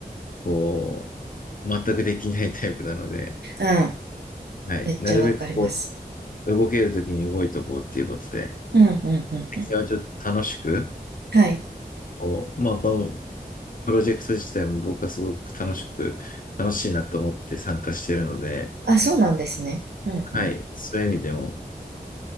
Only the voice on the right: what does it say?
ん。うん。
めっちゃわかります。
うんうんうんうん。
はい。
あ、そうなんですね。うんうん。